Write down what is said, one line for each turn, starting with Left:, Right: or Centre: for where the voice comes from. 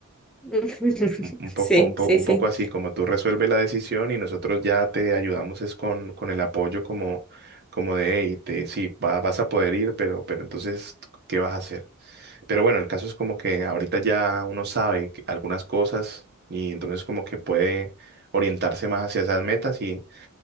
Centre: <laughs>
Right: Un un poco,
Centre: Sí,
Right: un po-
Centre: sí,
Right: un
Centre: sí.
Right: poco así, como tú resuelves la decisión y nosotros ya te ayudamos es con, con el apoyo como, como de, hey, te, sí, va- vas a poder ir, pero, pero entonces, ¿qué vas a hacer? Pero bueno, el caso es como que ahorita ya uno sabe que- algunas cosas y entonces como que puede orientarse más hacia esas metas y,